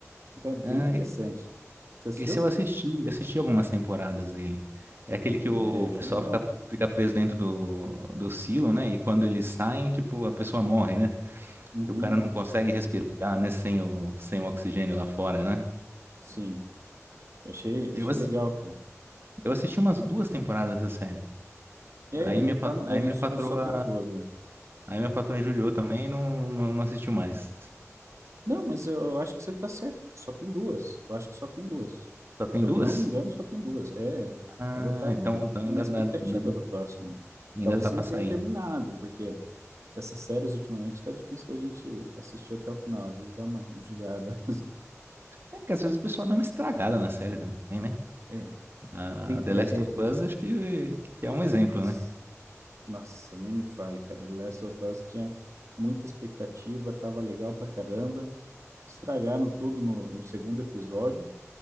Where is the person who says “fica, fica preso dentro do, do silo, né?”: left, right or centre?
Right